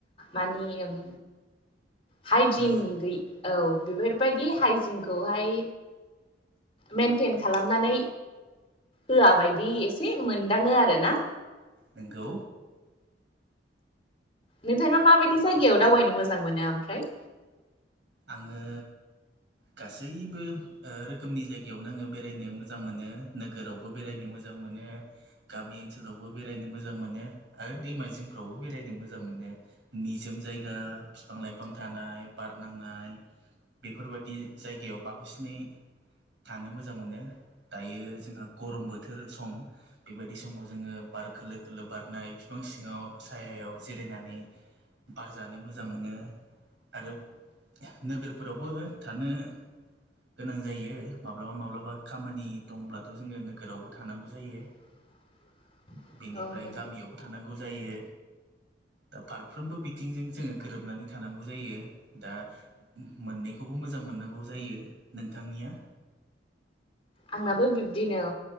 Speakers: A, on the left (about 35°); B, on the right (about 80°).
A: मानि उम। हाइजिन
B: मोज
A: गै औ बेफोरबायदि हाइजिनखौहाय मेनटेन खालामनानै होआ बायदि एसे मोनदाङो आरो ना।
B: नोंगौ।
A: नोंथाङा माबायदि जायगायाव दावबायनो मोजां मोनो ओमफ्राय।
B: आङो गासैबो ओ रोखोमनि जायगायावनो आङो बेरायनो मोजां मोनो नोगोराव बो बेरायनो मोजां मोनो। गामि ओनसोलावबो बेरायनो मोजां मोनो आरो दैमा जिंफ्रावबो बेरायनो मोजां मोनो। निजोम जायगा फिफां लाइफां थानाय बार नांनाय बेफोरबायदि जायगायाव बांसिनै थानो मोजां मोनो दायो जोंहा गरम बोथोर सम बेबायदि समाव जोङो बार खोलो खोलो बारनाय बिफां सिङाव सायायाव जिरायनानै बार जानो मोजां मोनो आरो नोगोरफोरावबो थानो गोनां जायो माब्लाबा माब्लाबा खामानि दंब्लाथ' जोङो नोगोरावबो थानांगौ जायो।
A: <inaudible>
B: बेनिफ्राय
A: औ नंगौ
B: गामियावबो थानांगौ जायो दा फारफ्रोमबो बिथिंजों जोङो गोरोबनानै थानांगौ जायो। दा मोननैखौबो मोजां मोननांगौ जायो नोंथांनिया?
A: आंनाबो बिब्दिनो